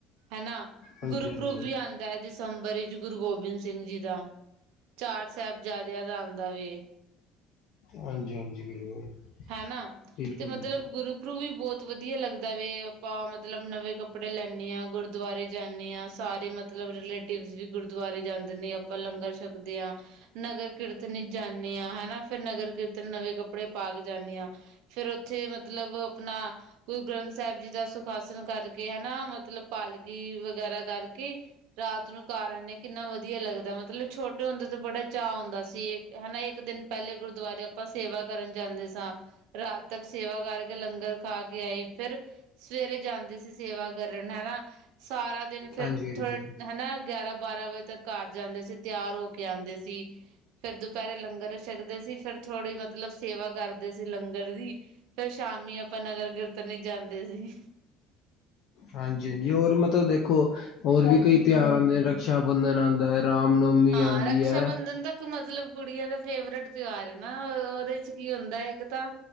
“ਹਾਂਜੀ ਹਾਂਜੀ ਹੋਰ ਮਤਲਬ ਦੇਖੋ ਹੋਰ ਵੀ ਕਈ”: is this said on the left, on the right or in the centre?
Left